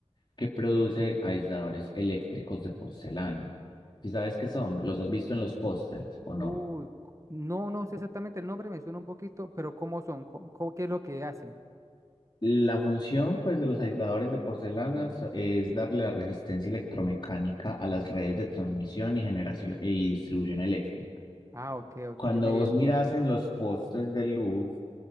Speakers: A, on the left; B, on the right.
A: que produce aisladores eléctricos de porcelana. ¿Sí sabes qué son? ¿Los has visto en los pósters o
B: Uy,
A: no?
B: no, no sé exactamente el nombre, me suena un poquito, pero ¿cómo son? ¿Cómo- cómo- qué es lo que hacen?
A: La función, pues, de los aisladores de porcelanas es darle la resistencia electromecánica a las redes de transmisión y generación y distribución eléctrica.
B: Ah, ok, ok,
A: Cuando
B: ya medio
A: vos
B: entiendo.
A: mirás en los postes de luz,